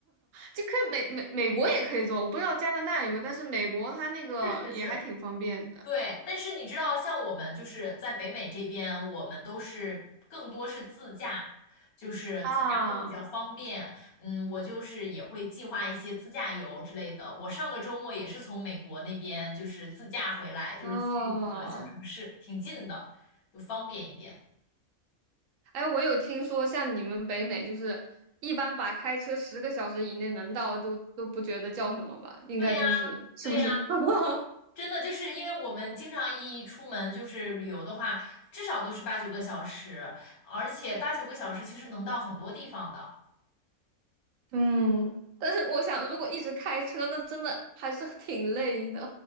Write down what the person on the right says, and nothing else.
就可以美美美国也可以坐，我不知道加拿大有没有，但是美国它那个也还挺方便的
啊。
哦，
哎，我有听说，像你们北美，就是一般把开车十个小时以内能到都都不觉得叫什么吧？应该都是是不是？
<laughs>
嗯，但是我想，如果一直开车，那真的还是挺累的